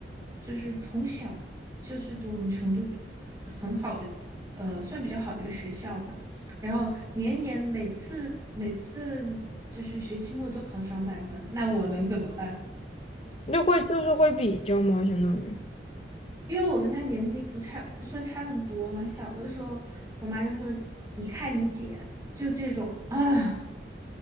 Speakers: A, on the right (about 20°); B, on the left (about 35°).
A: 就是从小就是读我们成都很好的，呃，算比较好的一个学校吧。然后年年每次每次就是学期末都考双百分，那我能怎么办？
B: 那会就是会比较吗？相当于，
A: 因为我跟他年龄不差，不算差很多嘛。小的时候，我妈就会说：“你看你姐，就这种啊。”